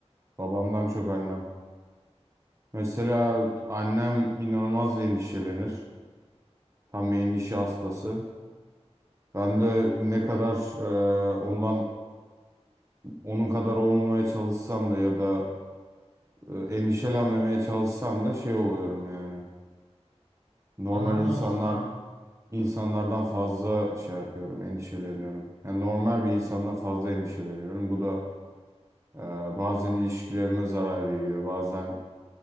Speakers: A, on the right; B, on the right.
A: Babamdan çok annem. Mesela annem inanılmaz endişelenir. Tam bir endişe hastası. Ben de ne kadar e, ondan onun kadar olmamaya çalışsam da ya da e, endişelenmemeye çalışsam da şey oluyorum yani. Normal
B: Ananın
A: insanlar
B: oğlusun abi.
A: insanlardan fazla şey yapıyorum, endişeleniyorum. Yani normal bir insandan fazla endişeleniyorum. Bu da e, bazen ilişkilerime zarar veriyor. Bazen